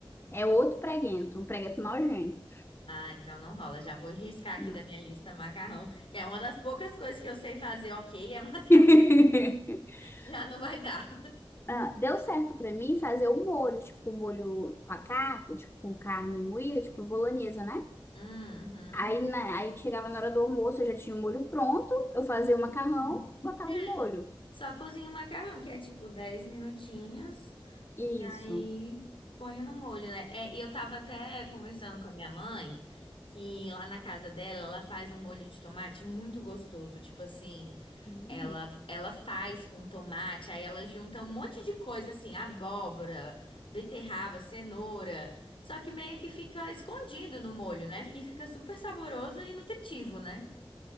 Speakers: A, on the left (about 25°); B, on the left (about 70°).
A: é outro preguento, um preguento nojento.
B: Ah, então não rola. Já vou riscar aqui
A: Não.
B: da minha lista macarrão, que é uma das poucas coisas que eu sei fazer, ok, é macarrão.
A: <laughs>
B: Já não vai dar.
A: Ah, Deu certo pra mim fazer o molho, tipo um molho com a carne, tipo com carne moída, tipo bolonhesa, né?
B: Uhum.
A: Aí, na- aí chegava na hora do almoço, eu já tinha o molho pronto, eu fazia o macarrão e botava
B: É,
A: o molho.
B: só cozinha o macarrão, que é tipo 10 minutinhos,
A: Isso.
B: e aí põe no molho, né? É, e eu tava até conversando com a minha mãe, que lá na casa dela, ela faz um molho de tomate muito gostoso. Tipo assim,
A: Hum.
B: ela, ela faz com tomate, aí ela junta um monte de coisa assim, abóbora, beterraba, cenoura. Só que meio que fica escondido no molho, né? E fica super saboroso e nutritivo, né?